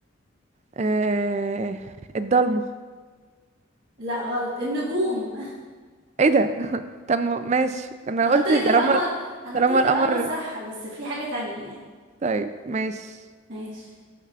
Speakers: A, on the right; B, on the right.
A: آه الضلمة
B: لا غلط النجوم
A: ايه ده <laughs> طب ما- ماشي
B: <laughs>
A: انا
B: ما انا
A: قلت
B: قلت لك
A: طالما
B: القمر انا
A: طالما
B: قلت لك
A: القمر
B: القمر صح بس في حاجة تانية يعني
A: طيب ماشي
B: ماشي